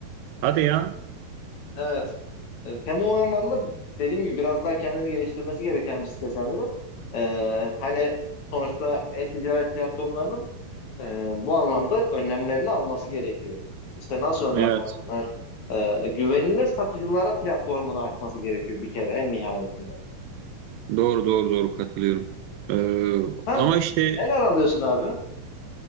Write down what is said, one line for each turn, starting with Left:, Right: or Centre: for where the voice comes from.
Right: Hadi ya.
Left: Evet. E, Tem o anlamda dediğim gibi biraz daha kendini geliştirmesi gereken bir site sendiri. E, hani sonuçta e-ticaret platformlarının e, bu anlamda önlemlerini alması gerekiyor. İşte nasıl önlemler
Right: Evet.
Left: bunlar? E, güvenilir satıcılara platformunu açması gerekiyor bir kere en nihayetinde.
Right: Doğru doğru doğru katılıyorum. Ee,
Left: Hem
Right: ama işte
Left: neler alıyorsun abi?